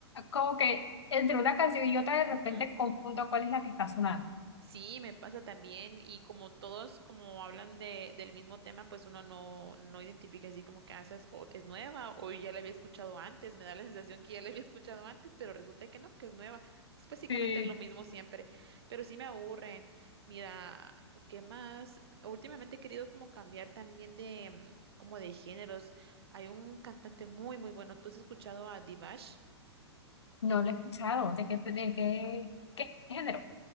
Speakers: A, on the left; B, on the right.
A: como que entre una canción y otra de
B: Ujú.
A: repente confundo cuál es la que está sonando.
B: Sí, me pasa también y como todos como hablan de, del mismo tema, pues uno no, no identifica así como que ah, esa es, o- es nueva o ya la había escuchado antes, me da la sensación que ya la había escuchado antes, pero resulta que no, que es nueva. Es básicamente
A: Sí.
B: lo mismo siempre, pero sí me aburren. Mira, ¿qué más? Últimamente he querido como cambiar también de mm, como de géneros. Hay un cantante muy muy bueno, ¿tú has escuchado a Divash?
A: No lo he escuchado, de qué, de qué, qué género.